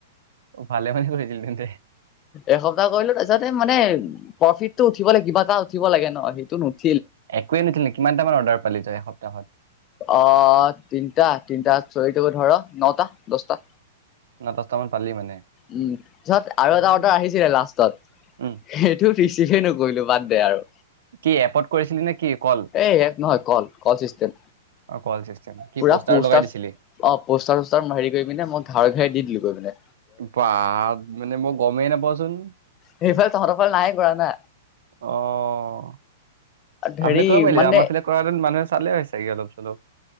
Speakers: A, on the right; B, on the left.
A: অ, ভালে মানে কৰিছিলি তেন্তে,
B: এসপ্তাহ কৰিলো তাৰছতে মানে কফি উঠিব লাগিবলে কিবা এটা উঠিব লাগে ন সেইটো নুঠ
A: একোৱে নুথিলে কিমান টাইমত অৰ্ডাৰ পালি য এত এ হয়
B: অ তিনিটা তিনিটা চল থাক ধৰ নটা দহটাত
A: ন দহটা মান পালি মানে?
B: উ পিছত আৰু
A: উম।
B: এটা অৰ্ডাৰ আহিছিলে লাষ্টত
A: উম,
B: সেইটো ৰিচিভে নকৰিলো বাদ দে আৰু
A: কি এপট কৰিছিলি নে কি কল
B: এই এক নহয় কল কল চিষ্টেণ্
A: অ' কল চিষ্টেম কি
B: পুৰা
A: পোষ্টাৰ
B: পষ্টাৰ
A: লগাই দিছিলি?
B: অ পষ্টাৰ চষ্টাৰ হেৰি কৰি পিনে মই ধাৰ ঘে দি দিলোগৈ মানে
A: বাহ মানে মই গমেই নাপাওঁচোন
B: সেইফালে তহঁতৰ ফালে নাই কৰা না
A: অ'।
B: হেৰি
A: আমাৰ ফালে কৰিব পাৰিলি,
B: মানে
A: আমাৰ ফালে কৰাহেঁতেন মানুহে চালে হয় চাগে অলপ চলপ।